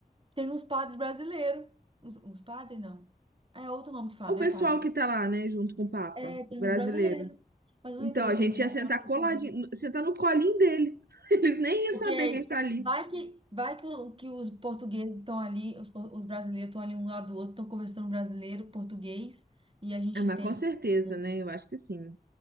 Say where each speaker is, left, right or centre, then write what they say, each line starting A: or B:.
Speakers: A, on the right; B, on the right.
A: tem uns padres brasileiros. Uns, uns padres, não. É outro nome que fala,
B: É o
A: não
B: pessoal
A: é padre.
B: que tá lá, né, junto com o Papa,
A: É, tem
B: brasileiro.
A: uns brasileiros, mas eu
B: Então,
A: nem poder
B: a gente
A: perguntar
B: ia sentar
A: se ela não
B: coladinho,
A: saber.
B: sentar no colinho deles. <laughs> Eles nem iam
A: Porque
B: saber
A: aí,
B: que a gente tá ali.
A: vai que, vai que, o- que os portugueses estão ali, os, por- os brasileiros estão ali um lado do outro, estão conversando brasileiro, português, e a gente
B: Ah, mas
A: entende.
B: com certeza,
A: que- é um
B: né? Eu acho que sim.